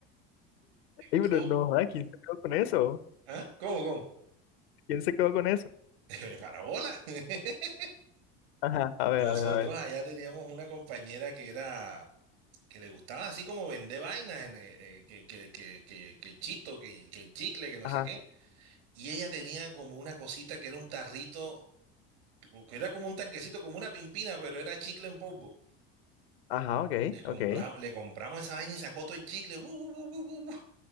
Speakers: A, on the left; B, on the right.
A: Ey,
B: ¿Cómo?
A: pero no, ay, ¿quién se quedó con eso?
B: ¿Ah? ¿Cómo, cómo?
A: ¿Quién se quedó con eso?
B: <laughs> Parabola. <laughs>
A: Ajá, a
B: Nosotros
A: ver, a ver, a ver.
B: allá teníamos una compañera que era, que le gustaba así como vender vainas, en, eh, eh, que, que, que, que, que el chito, que, que el chicle, que no
A: Ajá,
B: sé qué. Y ella tenía como una cosita que era un tarrito o que era como un tanquecito, como una pimpina, pero era chicle en polvo.
A: ajá, ok,
B: Le compramos,
A: ok.
B: le compramos esa vaina y sacó todo el chicle. bu, bu, bu, bu, bu, bu.